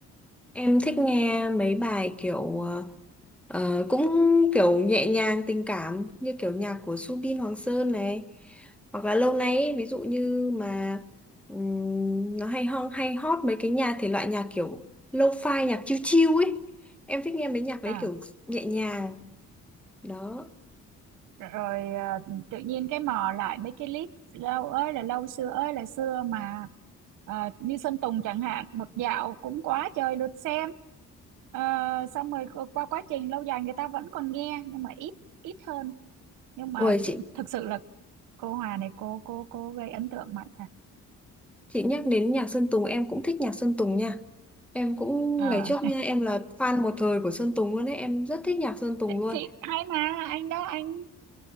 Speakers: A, in the centre; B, on the right (about 85°).
A: Em thích nghe mấy bài kiểu ờ, ờ, cũng kiểu nhẹ nhàng tình cảm như kiểu nhạc của Subin Hoàng Sơn này hoặc là lâu nay ấy, ví dụ như mà ừm, nó hay ho hay hot mấy cái nhà thể loại nhạc kiểu lo-fi nhạc chill chill ấy em thích nghe mấy nhạc đấy
B: à
A: kiểu nhẹ nhàng đó
B: rồi à, tự nhiên cái mò lại mấy cái clip lâu ơi là lâu xưa ơi là xưa mà à, như Sơn Tùng chẳng hạn một dạo cũng quá trời lượt xem Ờ, xong rồi qua quá trình lâu dài người ta vẫn còn nghe nhưng mà ít ít hơn nhưng mà
A: ôi chị
B: thực sự là cô Hòa này cô cô cô gây ấn tượng mạnh thật
A: chị nhắc đến nhạc Sơn Tùng em cũng thích nhạc Sơn Tùng nha em cũng
B: Ờ,
A: ngày trước nha em là fan một thời của Sơn Tùng luôn ấy em rất thích nhạc Sơn Tùng luôn
B: thì hay mà anh đó anh